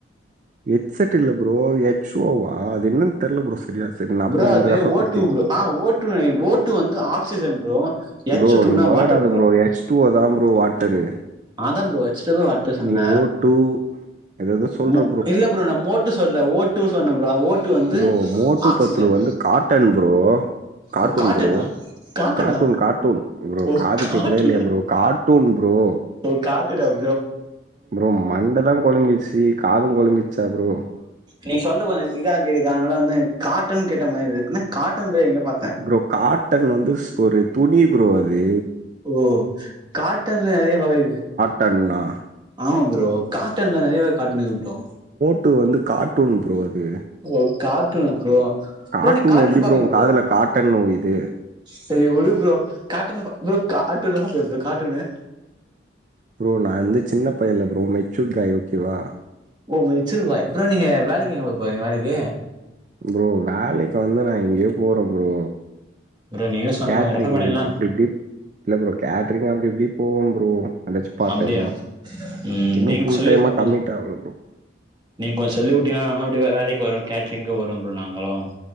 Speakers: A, on the right; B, on the right.
A: எட் செட் இல்ல ப்ரோ ஹெச்ஓவா அது என்னன் தெர்ல ப்ரோ சரியா சரி நா அப்புற
B: ப்ரோ
A: வந்து
B: அது
A: ரெஃபர்
B: ஓ
A: பண்ட்டீ
B: டூ ப்ரோ ஆ ஓ ட்டு நெனக்கிற வந்து ஆக்சிஜன் ப்ரோ எச்
A: ப்ரோ
B: டூனா
A: நீ ஒளராத
B: வாட்டர்
A: ப்ரோ எஹச் டூ ஓ தா ப்ரோ வாட்டரு
B: அதா ப்ரோ ஹச் சுட்டு ஓ வாட்ரு சொன்ன
A: நீ ஓ டூ ஏதேதோ சொல்ற
B: ம இல்ல ப்ரோ நா மோட்டு சொல்ல ஓ ட்டு சொன்ன ப்ரோ ஓ ட்டு வந்து
A: ப்ரோ மோட்டு
B: ஆக்சிஜன்
A: பத்துலு வந்து காட்டன் ப்ரோ கார்டுன்
B: ஓ காட்டனா
A: ப்ரோ
B: காட்டனா
A: டூன் காட்டூன் காட்டூன் ப்ரோ
B: ஓ
A: காது
B: காட்டுடா
A: கேக்குதா இல்லியா ப்ரோ கார்ட்டூன் ப்ரோ
B: ஓ கார்ட்டுன்னா ப்
A: ப்ரோ மண்ட தா கொழம்பிர்ச்சு காதும் கொழம்பிட்ச்சா அ ப்ரோ
B: நீ சொல்ற கொஞ்ச இதா கேக்குது அதனால வந்து என் காட்டன் கேட்ட மாரிருக்கு என்னா காட்டன்ரியே என்ன பாத்
A: ப்ரோ காட்டன் வந்து ஸ் ஒரு துணி ப்ரோ அது
B: ஓ காட்டன்ல அதே வக இது
A: டண்ணா
B: ஆமா ப்ரோ காட்டன்ல நெறையவே காட்டன் இக்கு ப்ரோ
A: ட்டு வந்து கார்ட்டூன் ப்ரோ அது
B: ஓ கார்ட்டுனா ப்ரோ
A: கார்டூன்
B: ப்ரோ நீங்க கார்ட்டூன்
A: எப்புடி
B: பாப்பீங்களா
A: ப்ரோ உ காதுல காட்டன்னு உய்து
B: சரி உடு ப்ரோ காட்டன் அ ப்ரோ காட்டூன்ல பாப்பியா ப்ரோ காட்டூன்னு
A: ப்ரோ நா அந்து சின்ன பையன்யில்ல ப்ரோ மெச்சூட் காய் ஓக்கேவா
B: ஓ மெச்சுர் காய் அப்புற நீங்க வேலைக்கு எங்க ப்ரோ போறீங்க வேலைக்கு
A: ப்ரோ வேலைக்கு வந்து நான் எங்கயோ போற ப்ரோ
B: ப்ரோ நீங்க சொன்ன
A: கேட்டரிங்
B: கொஞ்சோ ரெஃபர் பண்ணீங்கன்னா
A: அப்டிப்டி இல்ல ப்ரோ கேட்டரிங் அப்டி இப்டி போகு ப்ரோ <unintelligible> பார்ட்
B: அப்டியா
A: டைம்மு
B: ம்
A: இன்னு
B: நீங்க
A: ஃபுல்
B: சொல்லி
A: டைமா
B: கொஞ்சோ
A: கம்மிட் ஆகுனு ப்ரோ
B: நீங்க கொஞ்சோ சொல்லி வுட்டீங்னா நானா அப்டி வே வேலைக் வருவ கேட்டரிங்க்கு வருவ ப்ரோ நாங்களு